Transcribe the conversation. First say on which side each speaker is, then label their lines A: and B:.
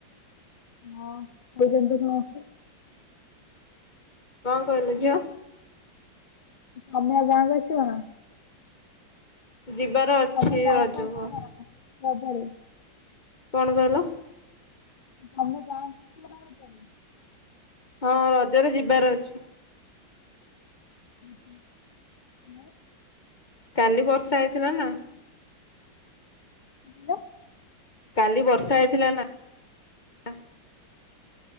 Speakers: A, on the left; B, on the left.
A: ହଁ <unintelligible>
B: କଣ କହିଲୁ ଝିଅ?
A: ତମେ ଆଉ ଗାଁକୁ ଆସିବ ନା?
B: ଯିବାର ଅଛି
A: ତମେ ଗାଁକୁ
B: ରଜକୁ
A: ଆସିବ
B: ଆଉ।
A: ନା ରଜରେ
B: କଣ କହିଲ
A: ତମେ ଗାଁକୁ ଆସିବ ନା ରଜରେ?
B: ହଁ ରଜରେ ଯିବାର ଅଛି।
A: ଉଁ ହୁଁ ଆଉ।
B: କାଲି ବର୍ଷା ହେଇଥିଲା ନା।
A: ହାଲୋ।
B: କାଲି ବର୍ଷା ହେଇଥିଲା ନା। <inaudible>